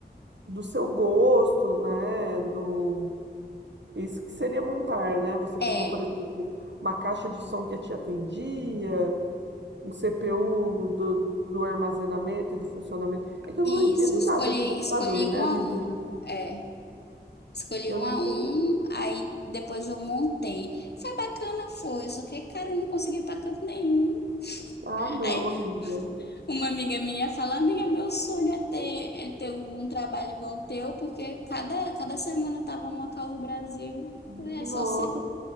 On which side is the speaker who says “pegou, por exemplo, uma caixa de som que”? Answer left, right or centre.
Right